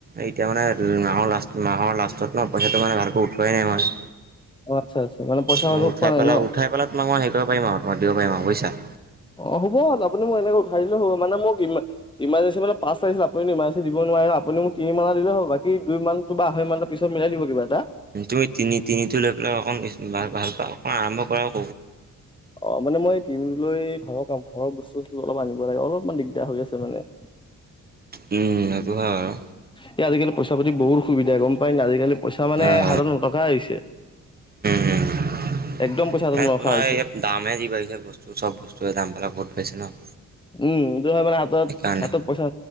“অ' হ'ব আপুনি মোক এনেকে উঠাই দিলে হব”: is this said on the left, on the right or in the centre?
Left